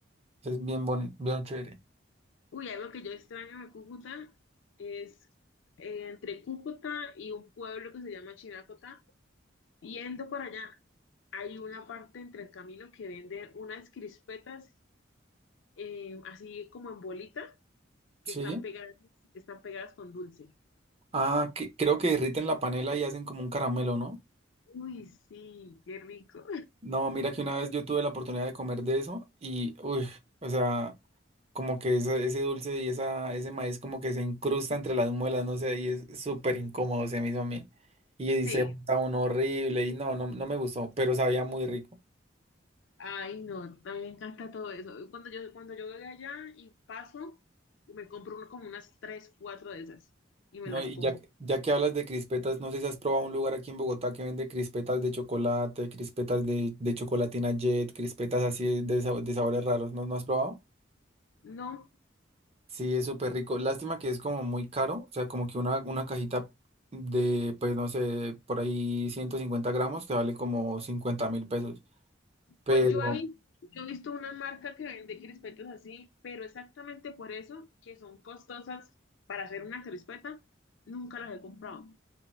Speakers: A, on the right (about 30°); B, on the left (about 80°).
A: Es bien bonito, bien chévere.
B: Uy, algo que yo extraño de Cúcuta es eh, entre Cúcuta y un pueblo que se llama Chinácota. Yendo para allá, hay una parte entre el camino que venden unas crispetas, eh, así como en bolita, que
A: Sí.
B: están pegadas, están pegadas con dulce.
A: Ah, que, creo que derriten la panela y hacen como un caramelo, ¿no?
B: Uy, sí, qué rico.
A: No, mira que una vez yo tuve la oportunidad de comer de eso y, uy, o sea, como que ese, ese dulce y esa, ese maíz como que se incrusta entre las muelas, no sé, y es súper incómodo se me hizo a mí. Y
B: Sí,
A: se está uno horrible y no, no, no me gustó, pero sabía muy rico.
B: ay, no, a mí me encanta todo eso. Cuando yo, cuando yo voy allá y paso, me compro uno- como unas tres, cuatro de esas y me
A: No,
B: las
A: y
B: como.
A: ya, que- ya que hablas de crispetas, no sé si has probado un lugar aquí en Bogotá que vende crispetas de chocolate, crispetas de, de chocolatina Jet, crispetas así de, sab- de sabores raros, ¿no, no has probado?
B: No,
A: Sí, es súper rico. Lástima que es como muy caro. O sea, como que una, una cajita de, pues no sé, por ahí 150 gramos te vale como cincuenta mil pesos. Pero
B: Pues yo he visto, yo he visto una marca que vende crispetas así, pero exactamente por eso, que son costosas para hacer una crispeta, nunca las he comprado.